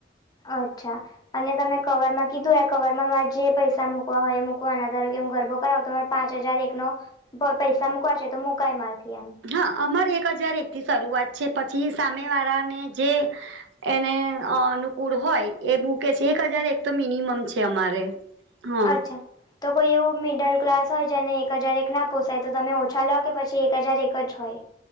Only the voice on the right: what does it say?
હા અમારે એક હજાર એકથી શરૂઆત છે પછી સામે વાળાને જે એને અનુકૂળ હોય એ બું કે છે એક હજાર એક તો મિનિમમ છે અમારે. હા